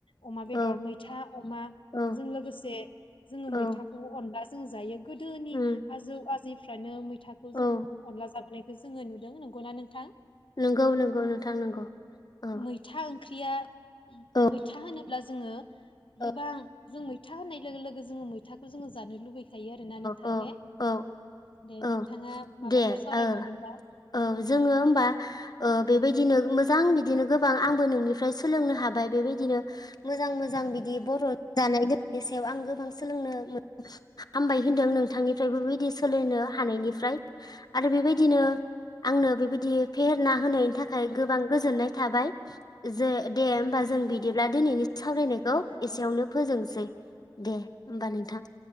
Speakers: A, on the left (about 85°); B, on the left (about 50°).
A: अमा बेदर
B: औ
A: मैथा अमा
B: औ
A: जों लोगोसे जोङो
B: औ
A: मैथाखौ अन लाजों जायो। गोदोनि
B: उम
A: आजौ आजै फ्रानो मै
B: औ
A: अला जोनायखौ जोङो नुदों नंगौना नोंथां
B: नंगौ नंगौ नोंथां नंगौ औ
A: मैथा ख्रिया
B: औ
A: मैथा होनो ब्ला जोङो गोबां
B: औ
A: जों मैथा होननाय लोगो लोगो जोङो मैथाखौ जोङो जानो लुबैयो खायो आरोना नोंथां
B: औ
A: ने,
B: औ
A: दे
B: औ
A: नोंथाङा माबाफोर
B: दे
A: सावरायबावगोनबा
B: ओ औ जोङो होमबा ओ बेबायदिनो मोजां बिदिनो गोबां आंबो नोंनिफ्राय सोलोंनो हाबाय बेबायदिनो मोजां मोजां बिदि बर' जानाय लोंनायनि सायाव आं गोबां सोलोंनो मोनो हामबाय होनदों नों थांनिफ्रायबो बिदि सोलोंनो हानायनिफ्राय आरो बेबायदिनो आंनो बेबायदि फेहेरना होनायनि थाखाय
A: औ
B: गोबां गोजोननाय थाबाय। जो दे होमबा जों बिदिब्ला दिनैनि सावरायनायखौ
A: औ औ
B: एसेयावनो फोजोंसै दे होमबा नोंथां।